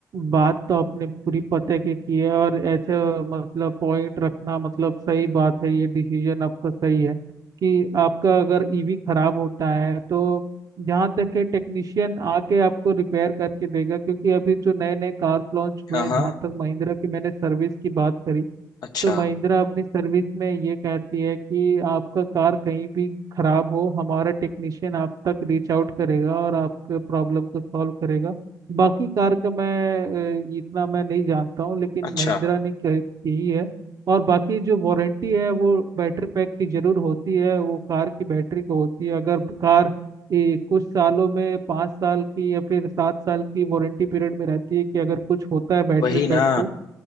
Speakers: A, on the right; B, on the left.
A: बात तो आपने पूरी पते की की है और ऐसे मतलब पॉइंट रखना मतलब सही बात है ये डिसीजन आपका सही है कि आपका अगर ईवी खराब होता है तो जहाँ तक है टेक्नीशियन आके आपको रिपेयर करके देगा क्योंकि अभी जो नए नए कार्स लॉन्च हुए
B: हाँ
A: हैं
B: हाँ
A: जहाँ तक महिंद्रा की मैंने सर्विस की बात करी
B: अच्छा
A: तो महिंद्रा अपनी सर्विस में ये कहती है कि आपका कार कहीं भी खराब हो हमारा टेक्नीशियन आप तक रीच आउट करेगा और आपके प्रॉब्लम को सॉल्व करेगा बाकी कार का मैं अ, इतना मैं नहीं जानता हूँ लेकिन
B: अच्छा
A: महिंद्रा ने कह- कही है और बाकी जो वारंटी है वो बैटरी पैक की जरूर होती है वो कार की बैटरी को होती है अगर कार ये कुछ सालों में पाँच साल की या फिर सात साल की वारंटी पीरियड में रहती है कि अगर कुछ होता है बैटरी
B: वही
A: पैक
B: ना
A: को